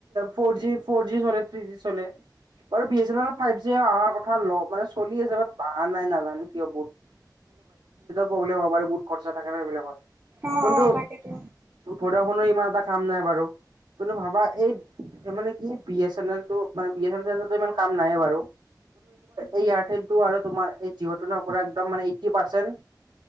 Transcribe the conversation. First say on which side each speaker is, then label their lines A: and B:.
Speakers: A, on the right; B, on the right.
A: ফজি, ফৰজি চলে, থিজি চলে বাৰু বিএছএনএল ফাইভ জি অহাৰ কথা ল মানে চলি আছে বাদ অহা নাই নাজানো কিয় বহুত প্ৰব্লেম হ'ব পাৰে খৰচা থাকে ন এইবিলাকত
B: অ
A: কিন্তু
B: অ তাকেতো
A: ভদাফোনৰ ইমান এটা কাম নাই বাৰু কিন্তু ভাবা এই মানে কি বিএছএনএলটো মানে বিএছএনএলটো ইমান কাম নাইয়েই বাৰু এইয়াৰটো আৰু তোমাৰ এই জিঅ টনৰ পৰা মানে এইট্ৰি পাচেণ্ট